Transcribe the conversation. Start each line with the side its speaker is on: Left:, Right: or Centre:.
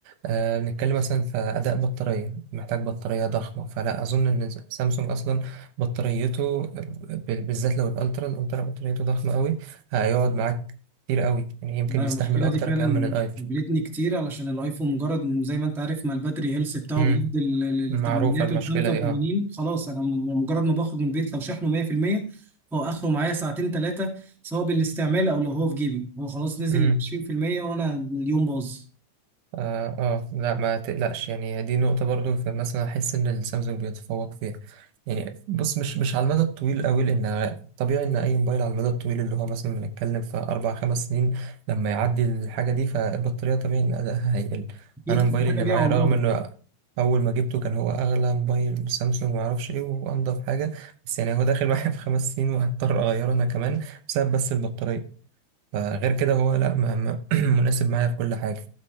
Right: أه بنتكلم مثلا في اداء بطاريه محتاج بطاريه ضخمه فلا اظن ان سامسونج اصلا بطاريته بال- بالذات لو الالترا الالترا بطاريته ضخمه قوي هيقعد معاك كتير قوي يعني يمكن
Centre: أنا
Right: يستحمل
Centre: المشكلة
Right: اكتر
Centre: دي فعلا
Right: كمان من الايفون
Centre: قابلتني كتير علشان الايفون مجرد إن زي ما انت عارف ما الباتري هيلث بتاعه
Right: امم
Centre: بيقل للثمانينات
Right: معروفة المشكلة
Centre: وال 85
Right: دي اه
Centre: خلاص انا م- مجرد ما بخرج من البيت لو شحنه 100% هو اخره معايا ساعتين ثلاثة سواء بالاستعمال او لو هو في جيبي هو خلاص نزل
Right: امم
Centre: ال 20% وانا اليوم باظ
Right: اه آه، لا ما تقلقش يعني دي نقطة برضو فمثلا أحس إن السامسونج بيتفوق فيها يعني بص مش مش على المدى الطويل قوي لأن طبيعي إن أي موبايل على المدى الطويل اللي هو مثلا بنتكلم في أربع خمس سنين لما يعدي الحاجة دي فالبطارية طبيعي إن أدائها هيقل
Centre: اكيد
Right: أنا
Centre: كل
Right: موبايلي
Centre: حاجة
Right: اللي
Centre: ليها
Right: معايا
Centre: عمرها
Right: رغم إنه أول ما جبته كان هو أغلى موبايل سامسونج معرفش إيه وأنضف حاجة بس يعني هو داخل معايا في خمس سنين وهضطر أغيره أنا كمان بسبب بس البطارية فغير كده هو لا ما- ما- <clears throat> مناسب معايا في كل حاجة